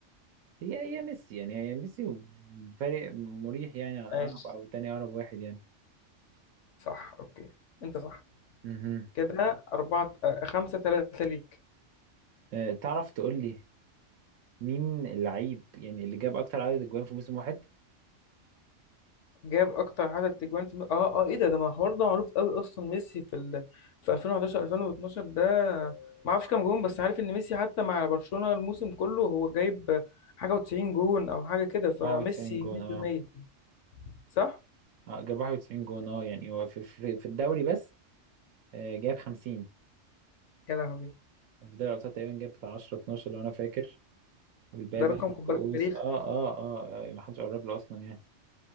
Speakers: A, on the right; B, on the left.
A: هي هي ميسي يعني هي ميسي فرق مريح يعني عن
B: ماشي
A: أقرب أو تاني أقرب واحد يعني
B: صح اوكي انت صح
A: مهم.
B: كده أربعة آه، خمسة ثلاثة ليك
A: آه، تعرف تقول لي مين اللعيب يعني اللي جاب أكتر عدد أجوان في موسم واحد؟
B: جاب اكتر عدد تجوان في اه اه ايه ده ده ما الحوار ده معروف قوي اصلا ميسي في ال... في 2011 2012 ده ما اعرفش كام جون بس عارف ان ميسي حتى مع برشلونة الموسم كله هو جايب حاجه و90 جون او حاجه كده فميسي
A: 91 جون
B: 100%
A: أه
B: صح
A: آه، جاب 91 جون أه يعني هو في في في الدوري بس آه، جاب 50
B: يا لهوي
A: في دوري الابطال تقريبا جاب بتاع 10 12 لو انا فاكر والباقي
B: ده
A: بقى
B: رقم
A: في الكؤوس
B: خد بالك تاريخ
A: اه اه اه, آه ما حدش قرب له اصلا يعني